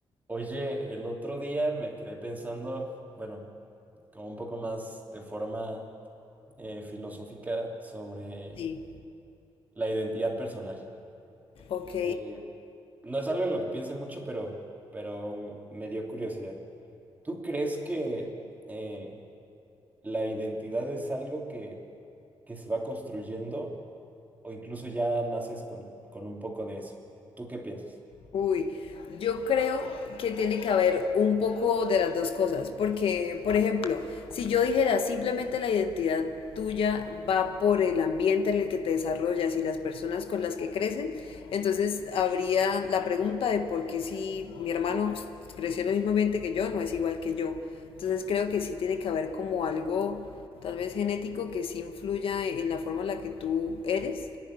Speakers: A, on the right; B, on the left.
A: Oye, el otro día me quedé pensando, bueno, como un poco más de forma eh, filosófica sobre
B: Sí,
A: la identidad personal.
B: ok.
A: Eh, no es algo en lo que piense mucho, pero, pero me me dio curiosidad. ¿Tú crees que eh, la identidad es algo que, que se va construyendo o incluso ya naces con, con un poco de eso? ¿Tú qué piensas?
B: Uy, yo creo que tiene que haber un poco de las dos cosas, porque, por ejemplo, si yo dijera simplemente la identidad tuya va por el ambiente en el que te desarrollas y las personas con las que crecen, entonces habría la pregunta de por qué si mi hermano creció en el mismo ambiente que yo, no es igual que yo. Entonces creo que sí tiene que haber como algo tal vez genético que sí influya en la forma en la que tú eres